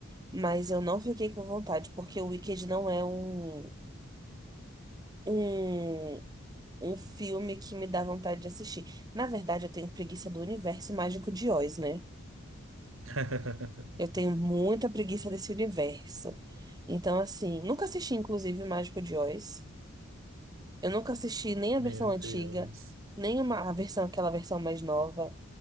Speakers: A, on the right (about 20°); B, on the right (about 80°).
A: Mas eu não fiquei com vontade, porque o Wicked não é um, um, um filme que me dá vontade de assistir. Na verdade, eu tenho preguiça do universo mágico de Oz, né?
B: <laughs>
A: Eu tenho muita preguiça desse universo. Então, assim, nunca assisti, inclusive, o Mágico de Oz. Eu nunca assisti nem a
B: Meu
A: versão antiga,
B: Deus.
A: nem uma, a versão, aquela versão mais nova.